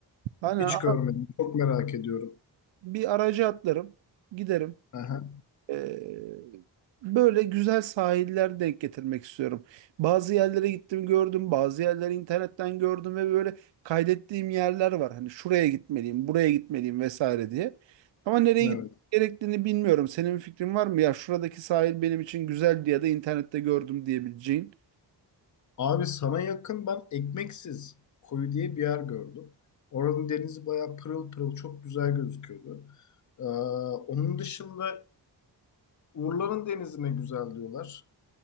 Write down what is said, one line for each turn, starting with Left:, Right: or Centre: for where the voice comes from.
Right: hani
Left: Hiç
Right: ara-
Left: görmedim. Çok merak ediyorum.
Right: bir araca atlarım, giderim.
Left: Aha,
Right: Ee, böyle güzel sahiller denk getirmek istiyorum. Bazı yerlere gittim gördüm, bazı yerleri internetten gördüm ve böyle kaydettiğim yerler var. Hani şuraya gitmeliyim, buraya gitmeliyim vesaire diye. Ama nereye
Left: evet.
Right: gitmek gerektiğini bilmiyorum. Senin bir fikrin var mı? Ya şuradaki sahil benim için güzeldi ya da internette gördüm diyebileceğin.
Left: Abi sana yakın ben Ekmeksiz Koyu diye bir yer gördüm. Oranın denizi bayağı pırıl pırıl çok güzel gözüküyordu. Ee, onun dışında Urla'nın denizi ne güzel diyorlar.